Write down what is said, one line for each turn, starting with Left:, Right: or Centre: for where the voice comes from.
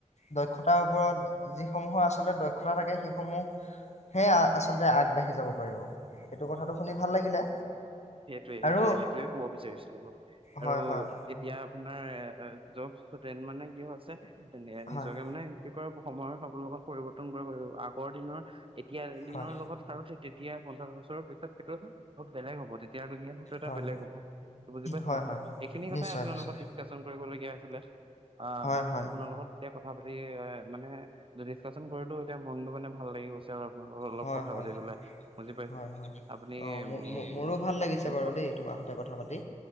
Left: দক্ষতাৰ ওপৰত যিসমূহৰ আচলতে দক্ষতা থাকে সেইসমূহহে আচলতে আগবাঢ়ি যাব পাৰিব। সেইটো কথাটো শুনি
Right: হয়
Left: ভাল
Right: হয়
Left: লাগিলে
Right: সেইটোৱে সেইটোৱে
Left: আৰু
Right: সেইটোয়ে কব বিচাৰিছিলো ম আৰু
Left: হয় হয়
Right: এতিয়া আপোনাৰ জব ষ্টুডেণ্ট মানে কি হৈছে? নিজকে
Left: হয়
Right: মানে কি কয় সময় সকলোকে পৰিৱৰ্তন কৰিব আগৰ দিনৰ এতিয়া এ দিনৰ
Left: হয়
Right: লগত খাৰো তেতিয়া পঞ্চাছ বছৰৰ পিছত <unintelligible> অ, বেলেগ হব। এতিয়া সেইটো এটা
Left: হয়
Right: বেলেগ
Left: হয়
Right: হ'ব বুজি পাইছ
Left: হয়
Right: কথাটো
Left: হয়
Right: এইখিনি কথাই
Left: নিশ্চয়
Right: আপোনাৰ
Left: নিশ্চয়
Right: লগত ডিছকাশচন কৰিবলগীয়া <unintelligible> অ
Left: হয় হয়
Right: আপোনাৰ লগত। এতিয়া কথা পাতি এ মানে ডিচকাশচন কৰিলো এতিয়া মনটো মানে ভাল লাগি গৈছে আৰু অলপ
Left: হয়
Right: কথা
Left: হয়
Right: পাতি পেলাই বুজি পাইছে।
Left: হয় হয়
Right: আপুনি <unintelligible>
Left: অ মো- মো- মোৰো ভাল লাগিছে বাৰু দেই তোমাৰ সতে কথা পাতি